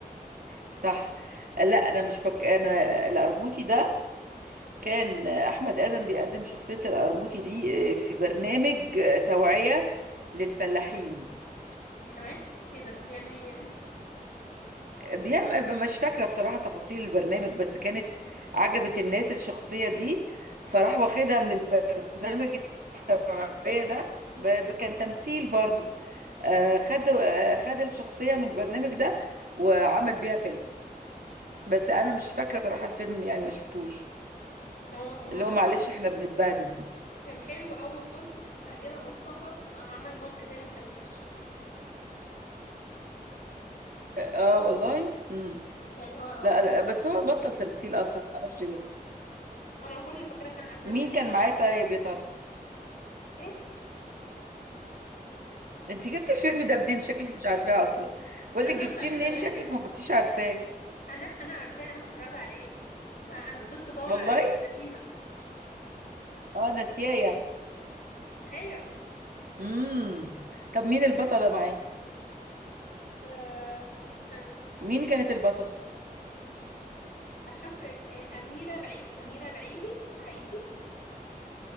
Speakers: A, on the right (about 70°); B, on the left (about 70°).
A: صح لا انا مش بك... انا القرموطي ده كان احمد ادم بيقدم شخصية القرموطي دي آه، في برنامج توعية للفلاحين
B: كمان ايه ده بيعمل ايه يعني
A: بيعمل مش فاكرة بصراحة تفاصيل البرنامج بس كانت عجبت الناس الشخصية دي فراح واخدها من البرنامج التوعية ده ب... ب- كان تمثيل برضو آه، خد آه، خد الشخصية من البرنامج ده وعمل بيها فيلم بس انا مش فاكرة بصراحة الفيلم يعني ما شفتوش
B: هو هو
A: اللي هو
B: اصلا
A: معلش احنا بنتبهدل دي
B: كان حلو أول جزء بعد كده مطها وقام عمل جزء تاني وكان وحش
A: اه والله امم
B: يعني هو هو
A: لا
B: أصلا
A: لا، بس هو بطل تمثيل اصلا ما اعرفش ليه
B: أنا كل اللي فاكراه كان أفلام
A: مين
B: قديمة
A: كان معاه
B: أصلا
A: طيب يا ترى
B: إيه
A: انت جبتي الفيلم ده منين شكلك مش عارفاه اصلا بقول
B: أنا
A: لك
B: اتفرجت
A: جبتيه
B: عليه
A: منين
B: زمان
A: شكلك ما كنتيش عارفاه
B: أنا أنا عارفاه أنا متفرجة عليه ما أنا فضلت أدور
A: والله
B: على أفلام قديمة
A: اه ناسياه يعني
B: أيوه
A: امم طب مين البطله معاه
B: أه استني
A: مين كانت البطله
B: هشوف لك- آه، أميرة العي... أميرة العيدي عيدي